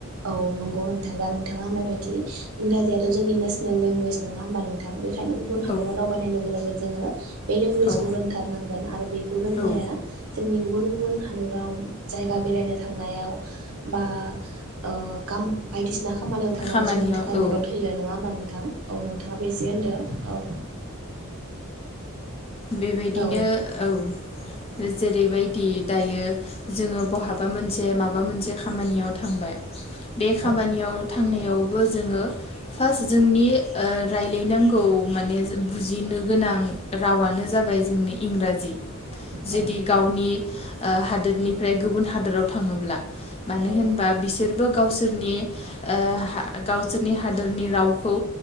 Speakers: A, on the right; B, on the left.
A: औ नंगौ नोंथां दा नोंथाङा होननाय बायदि दि इंराजियाथ' जोंनि नेसनेलेंगुवेज नङा होनबा नोंथां बे <unintelligible> गुबुन हादराव
B: औ
A: दावबायनाय लोगो लोगो जोङो बे लेंगुवेजखौ
B: औ
A: रोंथारनांगोन आरो बेखौ रोंनाया
B: औ
A: जोंनि गुबुन गुबुन हादराव जायगा बेरायनो थांनायाव बा ओ गाम बायदिसिना खामानियाव थांनायाव
B: खामानियाव
A: जोंनि थाखाय
B: औ
A: मदद होयो नङा होमबा नोंथां औ नोंथाङाबो एसे होनदो औ।
B: बेबायदिनो
A: औ
B: औ जेरैबायदि दायो जोङो बहाबा मोनसे माबा मोनसे खामानियाव थांबाय। बे खामानियाव
A: औ
B: थांनायाव बो जोङो फार्स्ट जोंनि ओ रायजलायनांगौ माने बुजिनो गोनां रावानो जाबाय जोंनि इंराजि जुदि
A: औ
B: गावनि ओ हादोरनिफ्राय गुबुन हादोर हादाराव थाङोब्ला मानो
A: औ
B: होनबा बिसोरबो गावसोर नि ओ हा गाव जोंनि हादरनि रावखौ